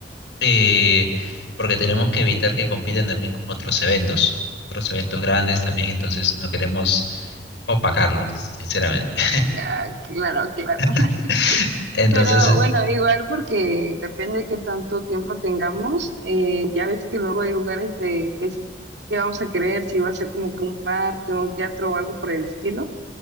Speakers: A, on the left; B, on the right.
A: eh, porque tenemos que evitar que compitan también con otros eventos, otros eventos grandes también, entonces no queremos opacarlos, sinceramente.
B: Ah, claro, claro. <laughs>
A: <laughs> Entonces,
B: Pero bueno, igual porque depende de qué tanto tiempo tengamos. eh, ya ves que luego hay lugares de que sí, que vamos a querer, si va a ser como que un parque, un teatro o algo por el estilo.